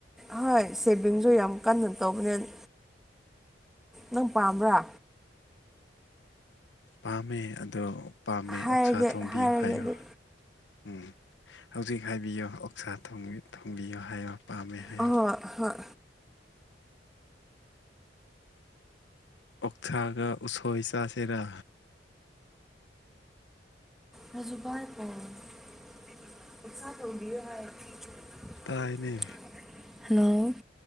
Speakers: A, in the centre; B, on the left.
A: ꯍꯣꯏ ꯁꯦꯚꯤꯡꯁꯨ ꯌꯥꯝ ꯀꯟꯅ ꯇꯧꯕꯅꯦ ꯅꯪ ꯄꯥꯝꯕ꯭ꯔꯥ
B: ꯄꯥꯝꯃꯦ ꯑꯗꯣ ꯄꯥꯝꯃꯦ
A: ꯍꯥꯏꯔꯒꯦ
B: ꯑꯣꯛꯁꯥ ꯊꯣꯡꯕꯤꯌꯨ
A: ꯍꯥꯏꯔꯒꯦ
B: ꯍꯥꯏꯌꯨ
A: ꯑꯗꯨ
B: ꯎꯝ ꯍꯧꯖꯤꯛ ꯍꯥꯏꯕꯤꯌꯣ ꯑꯣꯛꯁꯥ <unintelligible> ꯊꯣꯡꯕꯤꯌꯣ ꯍꯥꯏꯌꯣ ꯄꯥꯝꯃꯦ ꯍꯥꯏꯌꯣ
A: ꯑ ꯍꯣꯏ
B: ꯑꯣꯛꯊꯥꯒ ꯎꯁꯣꯏ ꯆꯥꯁꯤꯔ
A: ꯔꯖꯨꯕꯥꯏ ꯑꯣ <unintelligible>
B: ꯇꯥꯏꯅꯦ
A: ꯍꯜꯂꯣ